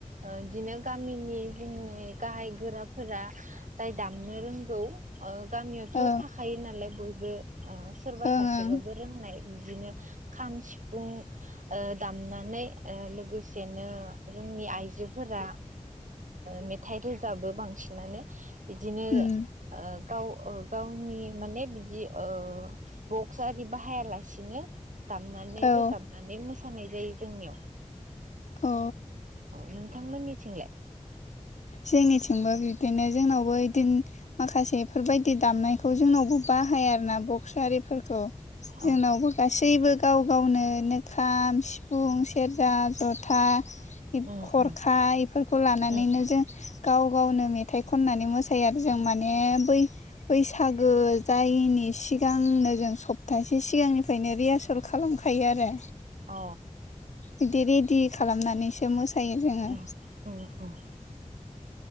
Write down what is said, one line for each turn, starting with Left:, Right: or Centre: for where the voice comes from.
Right: बिदिनो गामिनि जोंनि गाहाय गोराफोरा जाय दामनो रोंगौ गामियावथ'
Left: औ
Right: थाखायो नालाय बयबो सोरबा
Left: ओं
Right: सासेबाबो
Left: ओं
Right: रोंनाय बिदिनो खाम सिफुं दामनानै लोगोसेनो जोंनि आइजोफोरा मेथाइ रोजाबो बांसिनानो बिदिनो
Left: उम
Right: गाव गावनि माने बिदि बक्स आरि बाहायालासिनो दामनानै
Left: औ
Right: रोजाबनानै मोसानाय जायो जोंनियाव
Left: औ
Right: औ नोंथांमोननिथिंलाय
Left: जोंनिथिंबो बिबदिनो जोंनावबो बिदिन माखासेफोरबायदि दामनायखौ जोंनावबो बाहाया आरो ना बक्स आरिफोरखौ जोंनावबो
Right: औ
Left: गासैबो गाव गावनोनो खाम सिफुं सेरजा ज था
Right: उम
Left: खरखा
Right: उम
Left: बे खौ लानानैनो
Right: उम
Left: जों गाव गावनो मेथाइ खननानै मोसायो आरो जों माने बै बैसागो जायैनि सिगांनो जों सप्तासे सिगांनिफ्रायनो रिहारसल खालामखायो आरो
Right: अ
Left: बिदि रेडि खालामनानैसो मोसायो जोङो
Right: उम उम उम